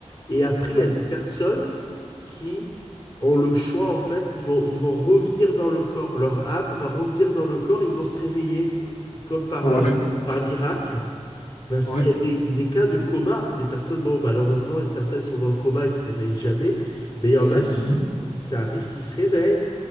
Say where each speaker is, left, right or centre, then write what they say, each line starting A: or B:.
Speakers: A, on the left; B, on the left.
A: Et après,
B: Ouais.
A: il y a des personnes qui ont le choix, en fait, ils vont, ils vont revenir dans le corps. Leur âme va revenir dans le corps, ils vont se réveiller comme par,
B: Ouais.
A: euh, par miracle. Parce
B: Ouais.
A: qu'il y a des, il y a des cas de coma, des personnes, bon, malheureusement, certains ils sont dans le coma, ils se réveillent jamais, mais il y en a,
B: Mhm.
A: Oui. ils- ça arrive qu'ils se réveillent.